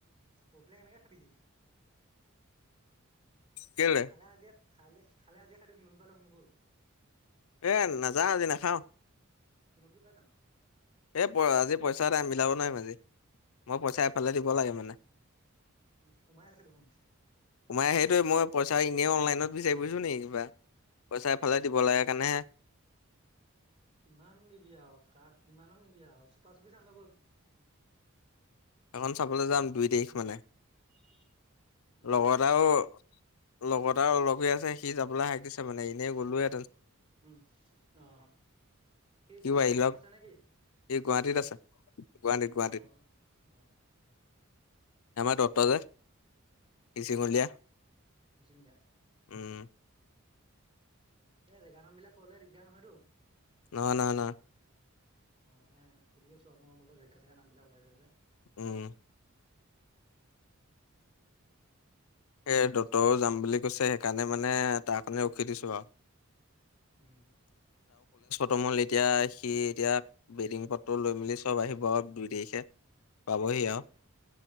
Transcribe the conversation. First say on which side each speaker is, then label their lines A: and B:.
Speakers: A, on the right; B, on the left.
A: পৰখিলা কেনেকে খাবি
B: কেলে?
A: কালে আজি। খালে খালে আজিয়ে খাই সিম মান পাৰা আহোগৈ বল।
B: এ নাযাও আজি নাখাও।
A: তমোক বি পাই যাম।
B: এ প আজি পইচা এটা মিলাব নোৱাৰি মাজি। মই পইচা এফালে দিব লাগে মানে।
A: সোমাই আছে দেখোন
B: সোমাই সেইটোৱে মই পইচা এনেই অনতলাইনত বিচাৰি পৰিছো নি কিবা। <unintelligible> দিব
A: এ
B: লাগে কাৰণেহে
A: কিমান দিবি আৰু খাপ। ইমানক নিদিয়া চুপা চুপি চাওগৈ বল।
B: এখন চাবলৈ যাম দুই তাৰিখ মানে।
A: <inaudible> দুই
B: লগতাও
A: তাৰিখে চুপা চুপি
B: লগত আৰু লগ হৈ আছে সি যাবলৈ হাক দিছে মানে। <unintelligible> এনে গলো এ।
A: উম অ! কি
B: সিও
A: কৰ
B: আহি
A: ক'বাৰ
B: লওক
A: আছে নেকি
B: সি গুৱাহাটীত
A: বাহিৰত
B: আছে।
A: আছে
B: গুৱাহাটীত গুৱাহাটীত
A: আহ অ। <unintelligible> অঁ!
B: দতাজিচিঙলীয়া
A: মিচিঙুলীয়া
B: উম <unintelligible>
A: এনে জেগা নাম বিলাক কলে দিগদাৰ নহয়তো।
B: না না না।
A: অ মানে সুধিলোছো মই বোলে জেগা চেগা নাম বিলাক ওলাইযাই যে।
B: উম। এ দতৰও যাম বুলি। কৈছে সেইকাৰণে মানে তাৰ কাৰণে ৰখি দিছো আৰু।
A: উম!
B: তমল এতিয়া সি এতিয়া বেটিং পদটো লৈ মেলি চব আহিব আৰু দুই দেশ। পাবহি
A: কি পঢ়ি আছিলা
B: আৰু